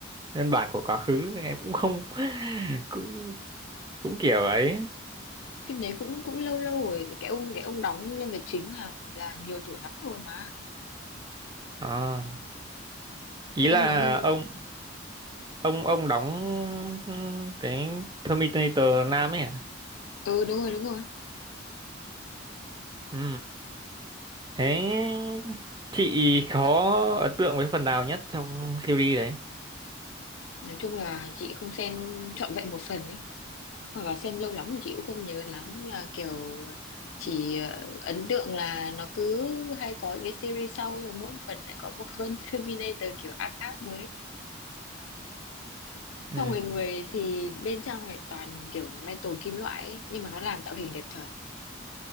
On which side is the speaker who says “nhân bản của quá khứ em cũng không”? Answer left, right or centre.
Right